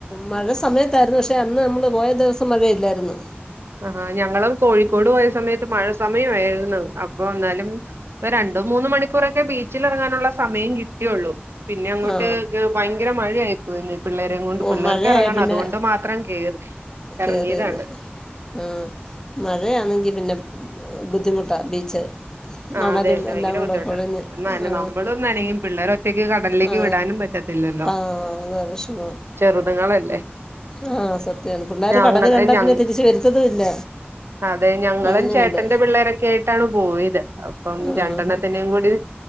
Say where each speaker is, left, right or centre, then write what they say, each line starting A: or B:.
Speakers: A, on the left; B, on the right.
A: മഴ സമയത്തായിര്ന്നു പക്ഷെ അന്ന് അമ്മള് പോയ ദിവസം മഴയില്ലായിരുന്നു
B: അഹ് ആഹ് ഞങ്ങളും കോഴിക്കോട് പോയ സമയത്ത് മഴ സമയോയിരുന്നു അപ്പൊ എന്നാലും രണ്ടു മൂന്നു മണിക്കൂറൊക്കെ ബീച്ചിലിറങ്ങാനുള്ള സമയം കിട്ടിയൊള്ളൂ പിന്നെ അങ്ങോട്ട്
A: ആ
B: ഭയങ്കര മഴെയായി പോയിന്ന് പിള്ളേരെ കൊണ്ട്
A: ഓ
B: പിള്ളേർക്ക്
A: മഴയായാൽ
B: എറങ്ങണം
A: പിന്നെ
B: അതുകൊണ്ട് മാത്രം കേറി
A: കേറിയത്
B: എറങ്ങിയതാണ്
A: ആ മഴയാണെങ്കി പിന്നെ ബുദ്ധിമുട്ടാ ബീച്ച്
B: ആ
A: മണലും
B: അതെഭയങ്കര
A: എല്ലാം കൂടെ
B: ബുദ്ധിമുട്ടാണ്
A: കുഴഞ്ഞ്
B: എന്നാലു
A: ആ
B: നമ്മളു നന്നയു പിള്ളേരു ഒറ്റക്ക് കടലിലേക്ക്
A: ആ
B: വിടാനും പറ്റത്തില്ലല്ലോ
A: ആ അതാ വിഷമാ
B: ചെറുതങ്ങളല്ലേ
A: ആ സത്യാണ് പിള്ളേര്
B: ഞാങ്ങ
A: കടല് കണ്ടാ
B: ഞ
A: പിന്നെ തിരിച്ച് വരുത്തതും ഇല്ല
B: അതെ ഞങ്ങളെൻ
A: അങ്ങനെയുണ്ട്
B: ചേട്ടന്റെ പിള്ളേരൊക്കെ ആയിട്ടാണ് പോയത് അപ്പം
A: ആ
B: രണ്ടെണ്ണത്തിനെയും
A: ഹാ ഹാ
B: കൂടി